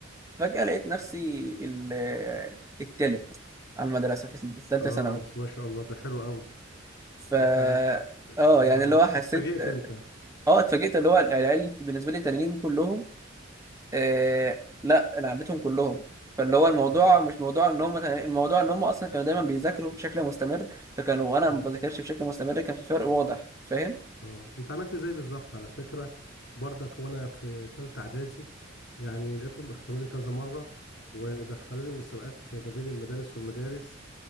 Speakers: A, on the right (about 15°); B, on the left (about 60°).
A: فجأة لقيت نفسي ال... التالت على المدرسه في ثالثه
B: اه
A: ثانوي
B: بس ما شاء الله ده حلو قوي
A: ف
B: انت ع-
A: اه
B: اه
A: يعني اللي
B: يعني
A: هو حسيت
B: اتفاجئت
A: اه
B: انت
A: آه، اتفاجئت اللي هو العيال بالنسبه لي التانيين كلهم آه لا انا عديتهم كلهم فاللي هو الموضوع
B: اه
A: مش موضوع ان هم الموضوع ان هم اصلا كانوا دايما بيذاكروا بشكل مستمر فكانوا وانا
B: اه
A: ما بذاكرش بشكل مستمر كان في فرق واضح فاهم
B: اه انت عملت ازاي بالظبط على فكرة برضك وانا في تالتة اعدادي يعني لقيتهم اختاروني كذا مرة ودخلوني مسابقات ما بين المدارس والمدارس